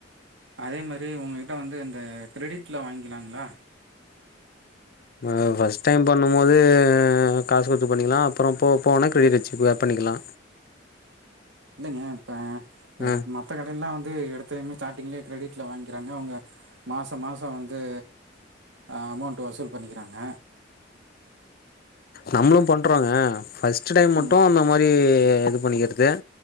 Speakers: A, on the right; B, on the left.
A: அதே மாரி உங்ககிட்ட வந்து அந்த க்ரெடிட்ல வாங்கிக்லாங்களா
B: ஆ ஃபஸ்ட் டைம் பண்ணும்போது காசு குடுத்து பண்ணிக்லா அப்றோ போவ்போவேணா க்ரெடிட் வச்சு பண்ணிக்லா
A: இல்லைங்க இப்ப அ
B: ஆ
A: மத்த கடைல்லா டு எடுத்தத்மே ஸ்டாட்டிங்லயே க்ரெடிட்ல வாங்கிக்கிறாங்க அவங்க மாசோ மாசோ வந்து ஆ அமௌண்ட்ட வசூல் பண்ணிக்றேங்க
B: நம்ளூ பண்றோங்க ஃபஸ்ட் ஸ்டடே மட்டூ
A: ம்
B: இந்த மாரி ஏ இது பண்ணிக்கிறது